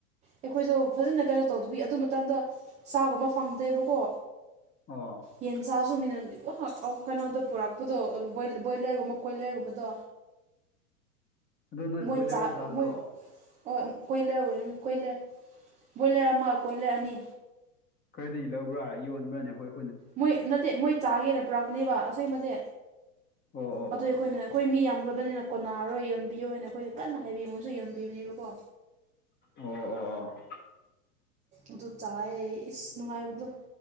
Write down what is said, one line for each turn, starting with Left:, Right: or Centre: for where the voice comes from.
Right: ꯑꯩꯈꯣꯏꯗꯣ ꯐꯖꯅ ꯀꯩꯅꯣ ꯇꯧꯗꯕꯤ ꯑꯗꯨ ꯃꯇꯝꯗ ꯆꯥꯒꯨꯝꯕ ꯐꯪꯗꯦꯕꯀꯣ
Left: ꯑꯥ
Right: ꯌꯦꯟ ꯆꯥꯁꯨ ꯃꯤꯅꯗꯤ ꯋꯥ ꯑꯧ ꯀꯩꯅꯣꯗ ꯄꯨꯔꯛꯄꯗꯣ ꯕꯣꯏꯂꯔꯒꯨꯝꯕ ꯀꯣꯏꯂꯔꯒꯨꯝꯕꯗꯣ
Left: ꯑꯗꯨ ꯅꯣꯏ
Right: ꯃꯣꯏ
Left: ꯕꯣꯏꯂꯔꯔ
Right: ꯆꯥꯛ
Left: ꯆꯥꯕꯗꯣ
Right: ꯃꯣꯏ ꯑꯣ ꯀꯣꯏꯂꯔ ꯑꯣꯏꯔꯅꯤ ꯀꯣꯏꯂꯔ ꯕꯣꯏꯂꯔ ꯑꯃ ꯀꯣꯏꯂꯔ ꯑꯅꯤ
Left: ꯀꯔꯥꯏꯗꯒꯤ ꯂꯧꯕ꯭ꯔꯥ ꯌꯣꯟꯕ꯭ꯔꯥꯅꯦ ꯑꯈꯣꯏ
Right: ꯃꯣꯏ ꯅꯠꯇꯦ ꯃꯣꯏ ꯆꯥꯒꯦꯅ ꯄꯨꯔꯛꯄꯅꯦꯕ ꯑꯁꯦꯡꯕꯗꯤ
Left: ꯑꯣ ꯑꯣ
Right: ꯑꯗꯨ ꯑꯩꯈꯣꯏꯅ ꯑꯩꯈꯣꯏ ꯃꯤ ꯌꯥꯝꯈ꯭ꯔꯕꯅꯤꯅ ꯀꯣꯟꯅꯥꯔꯔꯣꯏ ꯌꯣꯟꯕꯤꯌꯣꯅ ꯑꯩꯈꯣꯏꯗ ꯀꯟꯅ ꯍꯥꯏꯕꯤ ꯌꯣꯟꯁꯨ ꯌꯣꯟꯕꯤꯕꯅꯦꯕꯀꯣ
Left: ꯑꯣ ꯑꯣ
Right: ꯑꯗꯨ ꯆꯥꯏ ꯏꯁ ꯅꯨꯡꯉꯥꯏꯕꯗꯣ